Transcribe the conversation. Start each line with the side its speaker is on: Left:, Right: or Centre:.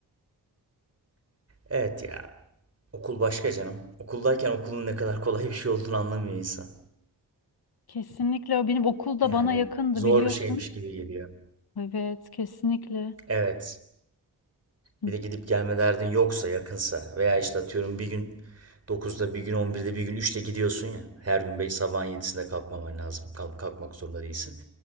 Right: Evet ya. Okul başka canım. Okuldayken okulun ne kadar kolay bir şey olduğunu anlamıyor insan.
Left: Kesinlikle benim okul da
Right: Yani
Left: bana yakındı
Right: zor
Left: biliyorsun.
Right: bir şeymiş gibi geliyor.
Left: Evet, kesinlikle.
Right: Evet.
Left: Hı.
Right: Bir de gidip gelme derdin yoksa yakınsa veya işte atıyorum bir gün dokuzda bir gün on birde bir gün üçte gidiyorsun ya. Her gün belki sabahın yedisinde kalkmaman lazım. Kalk, kalkmak zorunda değilsin.